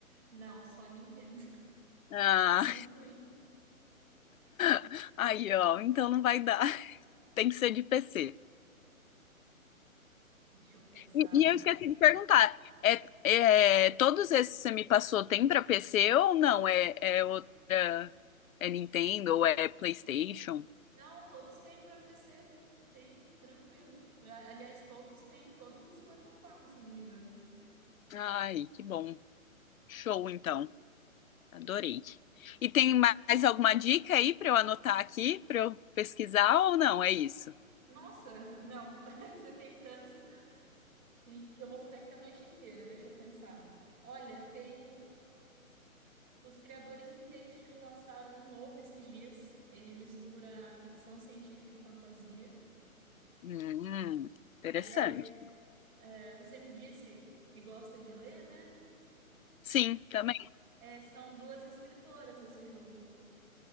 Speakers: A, on the right; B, on the left.
A: Não, só Nintendo.
B: Ah,
A: <laughs> Não Switch.
B: <laughs> aí ó, então não vai dar. Tem que ser de PC.
A: Deixa eu pensar.
B: E, e eu esqueci de perguntar, é, é, todos esses que você me passou tem pra PC ou não? É, é outra, é Nintendo ou é PlayStation?
A: Não, todos têm para PC. Tem, tranquilo. A- Aliás, todos têm em todas as plataformas, se eu não me engano.
B: Ai, que bom. Show, então. Adorei. E tem mais alguma dica aí pra eu anotar aqui, pra eu pesquisar ou não? É isso.
A: Nossa, não. <laughs> Você tem tantos. Que, que eu vou ficar aqui a noite inteira, deixa eu pensar. Olha, tem. Os criadores de Take-Two lançaram um novo esses dias. Ele mistura ficção científica e fantasia.
B: Hum, interessante.
A: Aliás, é, você me disse que gosta de ler, né?
B: Sim, também.
A: É, é, são duas escritoras esse jogo.